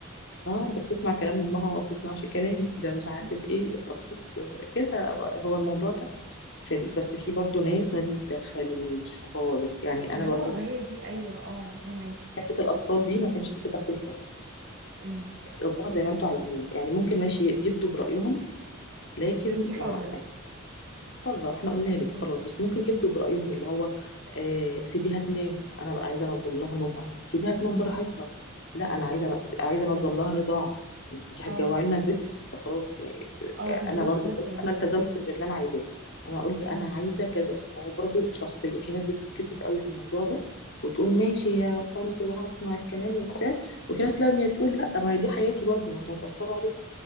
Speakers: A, on the left; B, on the right.
A: اه ده بتسمع كلام امها وما بتسمعش كلامي ده مش عارف
B: مم.
A: ايه خلاص كده بقى. هو الموضوع ده في ال... بس في برضو ناس ما بيتدخلوش خالص يعني
B: ما
A: انا برضو
B: هو ما
A: في
B: هي دي ايوه اه انا معاكي
A: حتة الاطفال دي ما كانش في تدخل خالص
B: مم.
A: ربوها زي ما انتوا عايزين يعني ممكن ماشي يبدوا برأيهم لكن
B: بس انتي حرة
A: ما حرة احنا قلنا لك
B: امم
A: خلاص بس ممكن يبدوا برأيهم اللي هو آه سيبيها تنام انا بقى عايزة انظم لها نومها سيبيها تنام
B: مم.
A: براحتها لا انا عايزة عايزة انظم لها الرضاعة انت
B: اه
A: هتجوعي لنا البيت خلاص يعني آه،
B: اه
A: انا
B: بالظبط
A: برضو
B: مثلا
A: قلت انا التزمت باللي انا عايزاه انا قلت
B: مم.
A: انا عايزة كذا وهو برضو شخصية في ناس بتتكسف قوي في الموضوع ده وتقول ماشي
B: مم.
A: يا طنط وهسمع الكلام وبتاع وفي ناس لا إن هي تقول لا ما هي دي حياتي برضو ما انتوا هتأثروا عليا